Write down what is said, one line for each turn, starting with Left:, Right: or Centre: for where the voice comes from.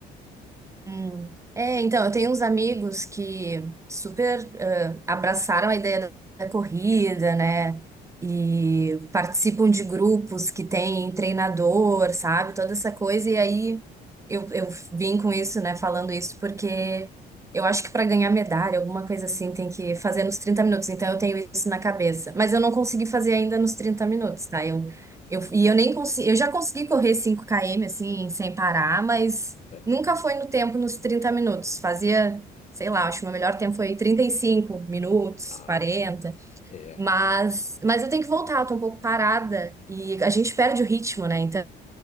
Right: Hum. É, então, eu tenho uns amigos que super eh, abraçaram a ideia da da corrida, né? E participam de grupos que têm treinador, sabe? Toda essa coisa. E aí eu, eu vim com isso, né? Falando isso porque eu acho que para ganhar medalha, alguma coisa assim, tem que fazer nos 30 minutos. Então eu tenho isso na cabeça. Mas eu não consegui fazer ainda nos 30 minutos, tá? Eu, eu, e eu nem consegui. Eu já consegui correr cinco km, assim, sem parar, mas.
Left: Aham.
Right: Nunca foi no tempo nos 30 minutos. Fazia, sei lá, acho que o meu melhor tempo foi trinta e cinco minutos,
Left: Ah,
Right: quarenta
Left: é,
Right: Mas, mas eu tenho que voltar, eu tô um pouco parada e a gente perde o ritmo, né? Então